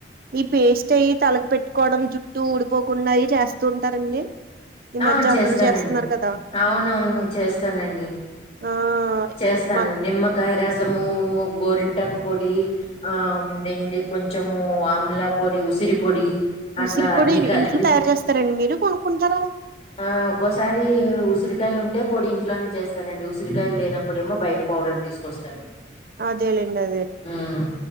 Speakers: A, on the right; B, on the left.
A: ఈ పేస్ట్ అయి తలకి పెట్టుకోవడం జుట్టు ఊడిపోకుండా అయి చేస్తూ ఉంటారండి ఈ
B: ఆ
A: మధ్య
B: చేస్తానండి
A: అందరూ చేస్తున్నారు కదా
B: అవునవును చేస్తానండి
A: ఆ
B: చేస్తాను
A: మన
B: నిమ్మకాయ రసము గోరింటకు పొడి ఆ దిండి కొంచము ఆమ్లా పొడి ఉసిరి పొడి అట్లా
A: ఉసిరిపొడి
B: అన్ని కలిపి
A: ఇంట్లో తయారు చేస్తారండి మీరు కొనుక్కుంటారా
B: ఆ ఒక్కోసారి ఉసిరికాయలు ఉంటే పొడి ఇంట్లోనే చేస్తానండి ఉసిరికాయలు లేనప్పుడేమో బయట పౌడర్ తీసుకొస్తాను
A: అదేలిండి అదేండి
B: ఉమ్